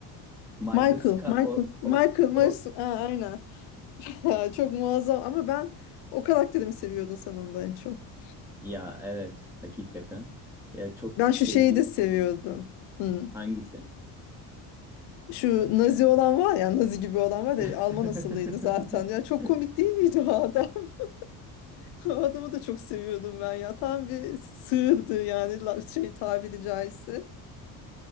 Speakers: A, in the centre; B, on the left (about 70°).
A: Michael
B: Michael.
A: Scott
B: Michael.
A: o,
B: Michael.
A: o,
B: Myers-
A: o
B: Aa, aynen. <laughs> Çok muazzam ama ben o karakterimi seviyordun sen ondan en çok.
A: ya evet hakikaten. Ya çok
B: Ben
A: sevdiğim
B: şu şeyi de seviyordum. Hmm.
A: hangisi?
B: Şu Nazi olan var ya Nazi gibi olan var ya
A: <laughs>
B: Alman asıllıydı zaten. Ya çok komik değil miydi o adam? <laughs> O adamı da çok seviyordum ben ya. Tam bir sığırdı yani la- şey tabiri caizse.